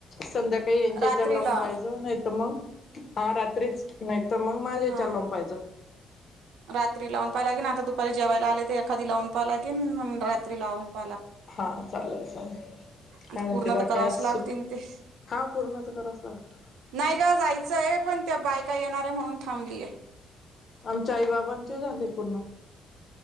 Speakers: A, on the left; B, on the right.
A: संध्याकाळी यांच्या
B: रात्रीला
A: विचार लावून. पाहिज नाही तर मग हा रात्रीच नाही तर मग माझा ह्याचावर
B: हा
A: लावून पाहायचं.
B: रात्री लावून पहाव लागे ना आता दुपारी जेवायला आले तर एखादी लावून पहा लागे म रात्री लावून. पाहा लाग
A: हा चालेल चालेल.
B: आता
A: काय म्हणते
B: पूर्ण
A: बाकी
B: तर करावंच
A: आज
B: लागतील
A: सु
B: ते
A: हा पूर्ण तर कराच लागत.
B: नाही का जायचंय पण त्या बायका येणार आहे म्हणून थांबलीय.
A: आमच्या आई बाबांचे झाले पूर्ण.